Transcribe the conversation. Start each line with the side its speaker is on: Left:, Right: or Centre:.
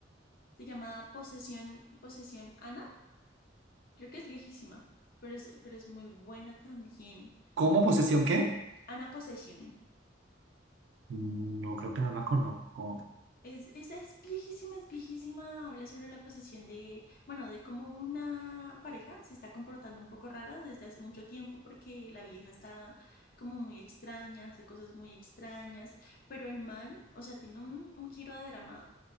Left: Se llama Posesión, Posesión Ana. Creo que es viejísima, pero es, pero es muy buena también.
Right: ¿Cómo posesión qué?
Left: Ana Posesión.
Right: Mm, No, creo que no la conozco.
Left: Es, esa es viejísima, es viejísima. Habla sobre la posesión de, bueno, de cómo una pareja se está comportando un poco rara desde hace mucho tiempo porque la vieja está como muy extraña, hace cosas muy extrañas, pero el man, o sea, tiene un, un giro de drama